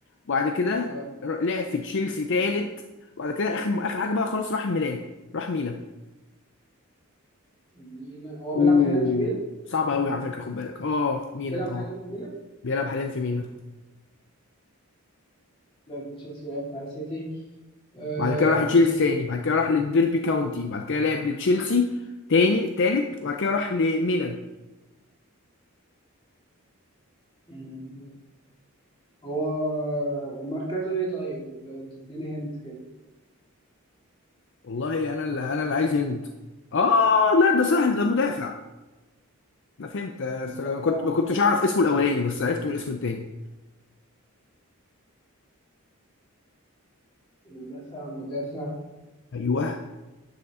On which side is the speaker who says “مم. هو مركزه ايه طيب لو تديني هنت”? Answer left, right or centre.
Left